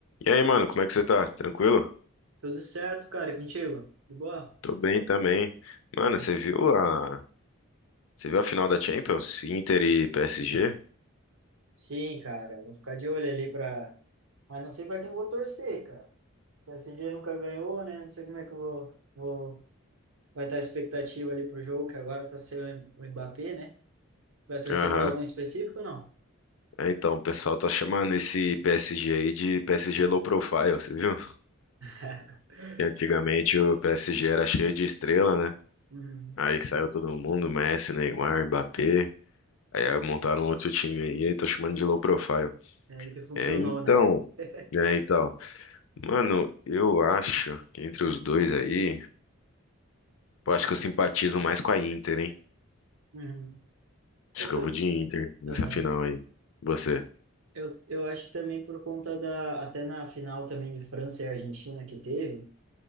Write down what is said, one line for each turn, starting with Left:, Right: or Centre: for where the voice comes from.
Left: E aí, mano, como é que você tá? Tranquilo?
Right: Tudo certo, cara, e contigo? De boa?
Left: Tô bem também. Mano,
Right: Boa.
Left: você viu a, você viu a final da Champions? Inter e PSG?
Right: Sim, cara, vou ficar de olho ali pra. Mas não sei pra quem eu vou torcer, cara. O PSG nunca ganhou, né? Não sei como é que eu vou, vou... vai estar a expectativa ali pro jogo, que agora tá sendo o Mbappé, né? Vai torcer
Left: Aham.
Right: pra algum específico ou não?
Left: É, então, o pessoal tá chamando esse PSG aí de PSG low profile, você viu?
Right: <laughs>
Left: Que antigamente o PSG era cheio de estrela, né?
Right: Uhum.
Left: Aí saiu todo mundo, Messi, Neymar, Mbappé. Aí montaram outro time aí, aí tô chamando de low profile.
Right: É aí que funcionou,
Left: É, então,
Right: né? <laughs>
Left: é, então. Mano, eu acho que entre os dois aí, eu acho que eu simpatizo mais com a Inter, hein?
Right: Uhum.
Left: Acho
Right: Eu,
Left: que
Right: tô...
Left: eu vou de Inter nessa
Right: Aham.
Left: final aí. Você.
Right: eu, eu acho que também por conta da. Até na final também de França e Argentina que teve.